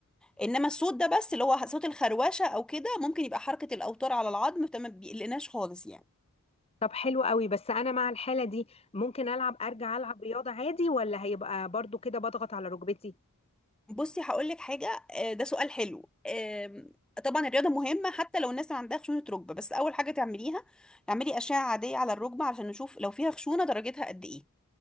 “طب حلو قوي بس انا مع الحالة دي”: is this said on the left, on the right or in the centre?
Left